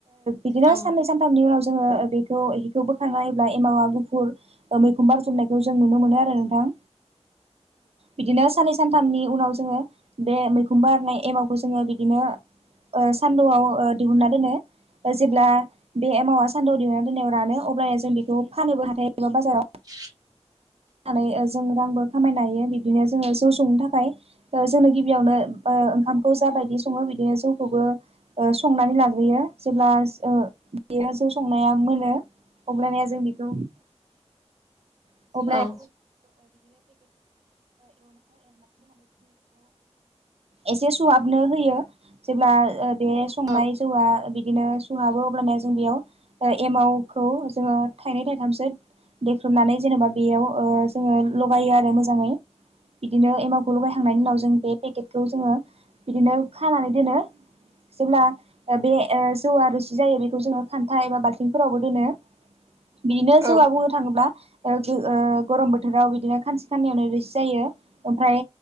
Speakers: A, on the right; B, on the right.
A: बिदिनो
B: औ
A: साननै सानथामनि उनाव जोङो बेखौ बोखांनायोब्ला एमावा गुफुर मैखुम बारजोबनायखौ जों नुनो मोनो आरो नोंथां बिदिनो साननै सानथामनि उनाव जोङो बे मैखुम बारनाय एमावखौ खौ जोङो बिदिनो सानदुंआव दिहुनना दोनो जेब्ला बे एमावा सान्दुं दिहुननानै दोननायाव रानो अब्ला जों बेखौ फाननोबो हाथाय बाजाराव
B: <unintelligible>
A: नानै जों रांबो खामायनो हायो बिदिनो जोङो जौ संनो थाखाय जोंनो गिबियावनो ओंखामखौ जा बायदि सङो बिदिनो जौखौबो संनानै ला यो जेब्ला बेयो जौ संनाया मोनो अब्लाना जों बेखौ। <unintelligible> <unintelligible> खौ।
B: औ
A: एसे सुहाबनो होयो जेब्ला ओ बे संनाय
B: औ
A: जौआ बिदिनो सुहाबो अब्ला जों बेयाव एमावखौ जोंयी थाइनै थाइथाम सो देखबनानै जेनेबा बेयाव ओ जोङो लगायो आरो मोजाङै। बिदिनो एमावखौ लगायखांनायनि उ‌नाव जों बे पेकेटखौ जोङो बिदिनो खानानै दोनो जेब्ला ओ बे ओ जौआ रोसि जायो बेखौ जोङो खान्था एबा बाल्थिंफोरावबो दोनो बिदिनो
B: औ
A: जौआ बुंनो थाङोब्ला ओह गो ओह गरम बोथोराव बिदिनो खानसे खानैयावनो रोसि जायो। ओमफ्राय